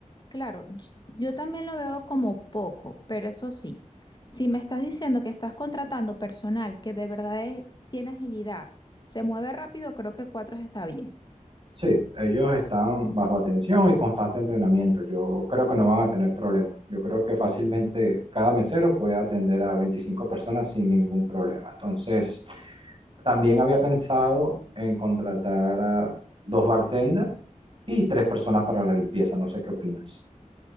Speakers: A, on the left; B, on the right.
A: claro, y- yo también lo veo como poco, pero eso sí, si me estás diciendo que estás contratando personal que de verdad es- tiene agilidad, se mueve rápido, creo que cuatro está bien.
B: Sí, ellos están bajo atención y constante entrenamiento. Yo creo que no van a tener problemas. Yo creo que fácilmente cada mesero puede atender a 25 personas sin ningún problema. Entonces, también había pensado en contratar a dos bartenders y tres personas para la limpieza. No sé qué opinas.